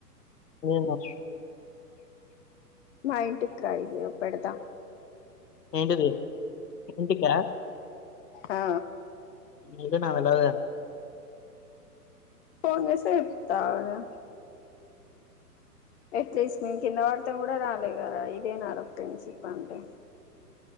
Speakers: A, on the left (about 80°); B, on the left (about 45°).
A: ఏమొ
B: మా ఇంటికి రాయిది పెడతా
A: ఏంటిది ఏంటికా
B: ఆ
A: ఏంటో నాకు తెలవది
B: ఫోన్ చెప్తా కదా ఎట్లీస్ట్ నేను కింద పడతేం కూడా రాలే కరాా ఇదే నాాల ఫ్రెండ్షిప్ అంటే